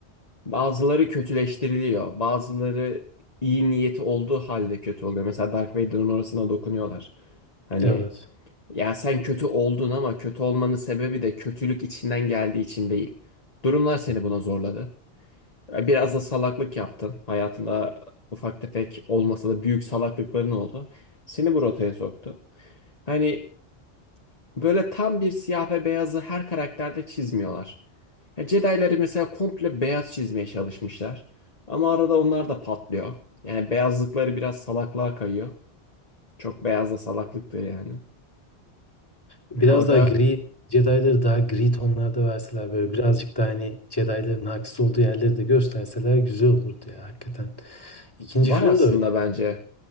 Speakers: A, on the left; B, on the left.
A: Bazıları kötüleştiriliyor. Bazıları iyi niyeti olduğu halde kötü oluyor. Mesela Dark Vader'ın orasına dokunuyorlar. Hani
B: Evet.
A: ya sen kötü oldun ama kötü olmanın sebebi de kötülük içinden geldiği için değil. Durumlar seni buna zorladı. Biraz da salaklık yaptın. Hayatında ufak tefek olmasa da büyük salaklıkların oldu. Seni bu rotaya soktu. Hani böyle tam bir siyah ve beyazı her karakterde çizmiyorlar. Yani Jedi'ları mesela komple beyaz çizmeye çalışmışlar. Ama arada onlar da patlıyor. Yani beyazlıkları biraz salaklığa kayıyor. Çok beyaz da salaklıktır yani.
B: Biraz
A: Orada
B: daha gri, Jedi'ları daha gri tonlarda verseler böyle birazcık daha hani Jedi'ların haksız olduğu yerleri de gösterseler güzel olurdu ya hakikaten. İkinci
A: var
B: film
A: aslında
B: de öyle.
A: bence